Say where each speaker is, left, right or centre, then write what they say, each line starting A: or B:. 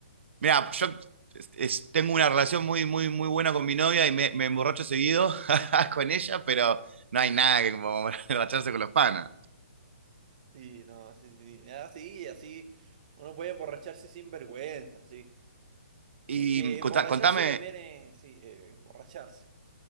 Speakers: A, on the right; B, on the right.
A: Mira, yo es- es- tengo una relación muy, muy, muy buena con mi novia y me, me emborracho seguido <laughs> con ella, pero no hay nada que como <laughs> emborracharse con los panas.
B: Sí, no, sí, sí. Ya, sí, así uno puede emborracharse sin vergüenza, sí.
A: Y
B: Porque
A: mm,
B: emborracharse
A: contá- contame,
B: también es, sí, eh, emborracharse,